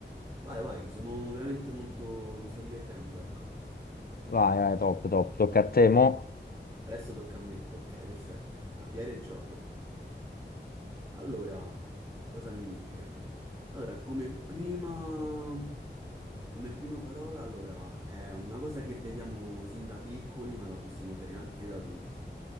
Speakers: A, on the right (about 15°); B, on the left (about 55°).
A: Vai, vai, sono veramente molto... mi sto divertendo, ecco.
B: Vai, vai, top, top. Tocca a te, mo.
A: Adesso tocca a me. Ok, perfetto. Avviare il gioco. Allora, cosa mi dice? Allora, come prima, come prima parola, allora, è una cosa che beviamo sin da piccoli, ma la possiamo bere anche da adulti.